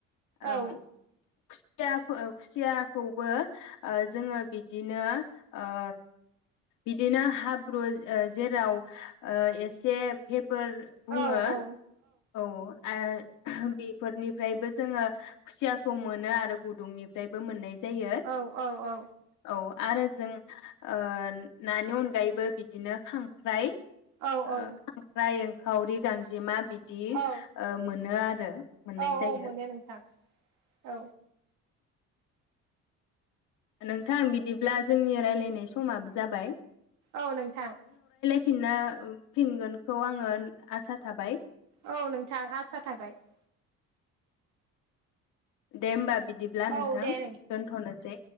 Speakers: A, on the right; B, on the left.
A: औ
B: ओम खुस सियाफो ओ खुसियाखौबो ओ जोङो बिदिनो ओ बिदिनो हाब्रु ओ जेराव ओ एसे हेब फोर बुङो
A: औ औ
B: औ आ बेफोरनिफ्रायबो जोङो खुसियाखौ मोनो आरो गुदुंनिफ्रायबो मोननाय जायो
A: औ-औ-औ
B: औ आरो जों ओ नानि अनगायैबो बिदिनो खांख्राइ ओ
A: औ
B: खांख्राइ ओं खावरि गांजेमा बिद दि
A: औ
B: ओ मोनो आरो मोननाय
A: औ
B: जायो।
A: औ मोनो नोंथां औ
B: नोंथां बिदिब्ला जोंनि रायलायनाय समाबो जाबाय।
A: औ नोंथां।
B: फिना फिनगोनखौ आङो आसा थाबाय ।
A: औ नोंथां आसा थाबाय ।
B: दे होमबा बिदिब्ला नोंथां
A: औ दे
B: दोनथ'नोसै।